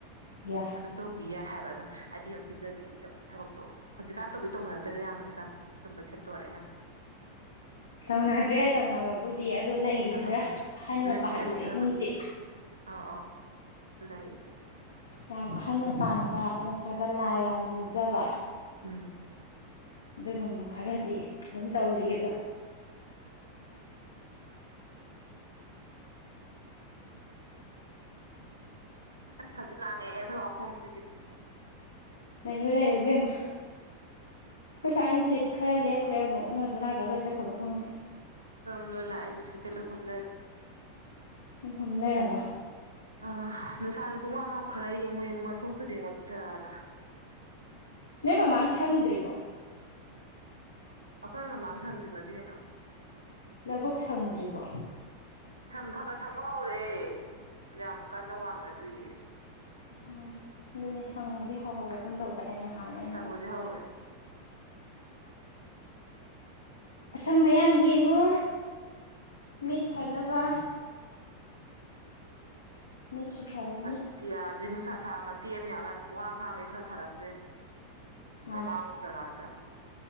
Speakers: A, on the left; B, on the right.
A: ꯌꯥꯏ
B: ꯑꯗꯨꯝ ꯇꯧꯕꯤ ꯌꯥꯏ ꯍꯥꯏꯕ ꯑꯗꯨꯝ ꯍꯥꯏꯗꯤ ꯑꯗꯨ ꯄꯤꯖꯕꯤꯈꯤ ꯇꯧꯕ ꯊꯕꯛꯇꯣ ꯍꯧꯖꯤꯛꯀꯥꯟ ꯇꯧꯕꯤ ꯇꯧꯅꯔꯛꯇ꯭ꯔꯦꯗ ꯌꯥꯝꯅ ꯍꯧꯖꯤꯛꯀꯥꯟ ꯑꯗꯨꯨꯝꯕ ꯁꯦꯝꯇꯣꯔꯦ ꯌꯥꯝꯅ
A: ꯇꯧꯅꯗ꯭ꯔꯦ ꯇꯧꯅꯕꯕꯨꯗꯤ ꯑꯗꯣ ꯂꯩꯔꯤ
B: ꯍꯧꯖꯤꯛꯀꯥꯟ
A: ꯈꯔ
B: ꯇꯧꯅꯔꯛꯇ꯭ꯔꯦ
A: ꯑꯍꯟꯅ
B: ꯂꯩꯗꯤ
A: ꯄꯥꯟꯕ
B: ꯂꯩꯌꯦ ꯈꯔꯕꯨꯗꯤ
A: ꯏꯃꯨꯡꯗꯤ
B: ꯑꯧ ꯑꯧ ꯂꯩ
A: ꯌꯥꯝ ꯑꯍꯟꯅ ꯄꯥꯟꯕ ꯅꯠꯇ꯭ꯔꯒ ꯂꯥꯏ ꯌꯥꯝ ꯅꯤꯡꯖꯕ
B: ꯎꯝ
A: ꯑꯗꯨꯒꯨꯝꯕ ꯈꯔꯗꯤ ꯑꯗꯨꯝ ꯇꯧꯔꯤꯌꯦꯕ
B: <inaudible> ꯑꯁ ꯍꯛꯆꯤꯛ ꯂꯥꯡꯉꯦꯍꯦ ꯑꯩꯈꯣꯏ ꯋꯥꯈꯣꯡꯁꯤꯗꯤ
A: ꯂꯩꯌꯨ ꯂꯩꯌꯨ ꯏꯕꯦꯝꯃ ꯈꯣꯏꯁꯋꯥꯏ ꯅꯨꯡꯁꯤꯠ ꯈꯔ ꯂꯦꯞꯈꯔꯦ ꯃꯨꯛ ꯅꯣꯏ ꯑꯗꯨ ꯅꯥꯀꯟꯗꯥ ꯂꯣꯏ ꯆꯠꯈꯔꯕ ꯈꯪꯗꯦ
B: ꯈꯣꯏꯔꯣꯝ ꯂꯣꯏ ꯂꯥꯛꯑꯦ ꯅꯨꯡꯁꯤꯠ ꯀꯟ ꯍꯨꯝꯂꯩꯔꯦ
A: ꯍꯨꯝ ꯂꯩꯔꯕ
B: ꯑ ꯅꯨꯡꯁꯥꯁꯦ ꯄꯨꯡꯃꯝ ꯃꯝꯈ꯭ꯔꯦ ꯌꯦꯡꯉꯨ ꯌꯦꯡꯉꯨꯕ ꯃꯐꯝ ꯈꯨꯗꯤꯡꯃꯛꯇꯥꯅ
A: ꯅꯣꯏ ꯃꯃꯥꯡ ꯁꯪꯗ꯭ꯔꯤꯕꯣ
B: ꯑꯩꯈꯣꯏ ꯃꯃꯥꯡ ꯁꯪꯗ꯭ꯔꯤꯕꯗꯤ ꯀꯩꯅꯣ
A: ꯂꯕꯨꯨꯛ ꯁꯪꯗ꯭ꯔꯤꯕꯣ
B: ꯁꯪ ꯈꯔ ꯈꯔ ꯁꯪꯕ ꯍꯧꯔꯛꯑꯦ ꯌꯥꯝ ꯀꯟꯅ ꯋꯥꯡꯅꯗ꯭ꯔꯤꯌꯦ
A: ꯎꯝ ꯑꯗꯨꯅꯦ ꯁꯪꯕꯗꯤ ꯍꯧꯍꯧꯔꯒꯨꯝ ꯇꯧꯗꯥꯏꯅꯦ ꯍꯥꯟꯅ ꯑꯩꯅ
B: ꯁꯪꯕꯗꯤ
A: ꯂꯥꯛꯄꯗꯁꯨ
B: ꯍꯧꯔꯦ ꯎꯝ
A: ꯑꯁꯪꯕ ꯌꯥꯝ ꯌꯦꯡꯉꯣ ꯃꯤꯠ ꯐꯅꯕ ꯃꯤꯠꯁꯨ ꯐꯩꯌꯦ
B: ꯑꯇꯤꯌꯥꯁꯦ ꯅꯨꯡꯁꯥ ꯁꯥꯕ ꯃꯇꯦꯛ ꯑꯃ ꯌꯥꯎꯌꯦ ꯑꯗ ꯄꯨꯡꯍꯥꯡ ꯍꯥꯡꯢꯁꯦ ꯅꯨꯡꯁꯥ ꯁꯥꯔꯝꯗꯣꯏꯅꯦ
A: ꯃꯥꯜꯂꯦ
B: ꯃꯃꯥꯡꯂꯣꯝ ꯖꯒꯥꯗ